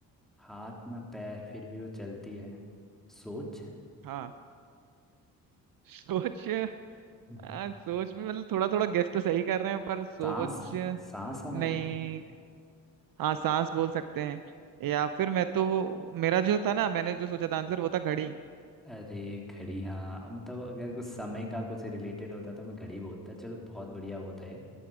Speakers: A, in the centre; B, on the right.
A: हाथ ना पैर फिर भी वो चलती है सोच
B: हाँ सोच
A: हम्म।
B: आ, सोच भी मतलब थोड़ा थोड़ा गेस तो सही कर रहे हैं पर सोच
A: सांस सांस
B: नहीं
A: हमारी
B: हाँ सांस बोल सकते हैं या फिर मैं तो मेरा जो था ना मैंने जो सोचा था आंसर वो था घड़ी
A: अरे घड़ी हाँ मतलब अगर कुछ समय का कुछ रिलेटेड होता तो मैं घड़ी बोलता चलो बहुत बढ़िया होता है